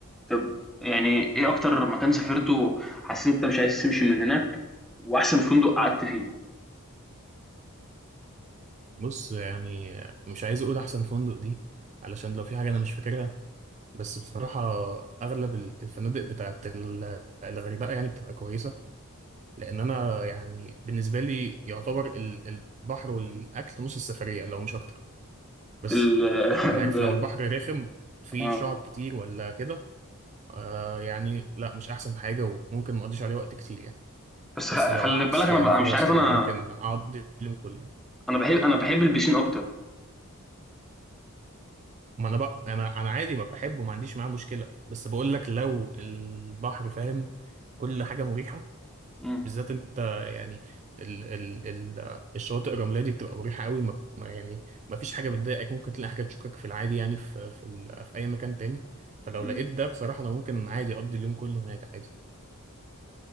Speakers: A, in the centre; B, on the right (about 30°).
A: طب يعني إيه أكتر مكان سافرته حسّيت أنت مش عايز تمشي من هناك وأحسن فندق قعدت فيه؟
B: بص يعني مش عايز اقول احسن فندق دي علشان لو في حاجه انا مش فاكرها بس بصراحة أغلب ال- الفنادق بتاعت ال- الغردقة يعني بتبقى كويسة لأن أنا يعني بالنسبة لي يعتبر ال- البحر والأكل نص السفرية لو مش أكتر بس
A: ال <laughs>
B: يعني
A: الب
B: عارف لو البحر رخم فيه
A: آه،
B: شعب كتير ولا كده آه يعني لا مش أحسن حاجة وممكن مقضيش عليه وقت كتير يعني
A: بس
B: بس
A: خ
B: لو
A: خلّي
B: العكس
A: بالك أنا
B: يعني
A: بقى
B: خلاص
A: مش عارف
B: كده
A: أنا
B: أنا ممكن أقضي اليوم كله
A: أنا باحب أنا باحب البيسين أكتر،
B: ما أنا بقى أنا أنا عادي ما بحبه ما عنديش معاه مشكلة بس بقول لك لو البحر فاهم كل حاجة مريحة
A: إمم،
B: بالذات انت يعني ال ال ال الشواطئ الرمليه دي بتبقى مريحه قوي ما ما- يعني ما فيش حاجه بتضايقك ممكن تلاقي حاجه تشوكك في العادي يعني في في, ال في اي مكان تاني فلو
A: إمم،
B: لقيت ده بصراحه انا ممكن عادي اقضي اليوم كله هناك عادي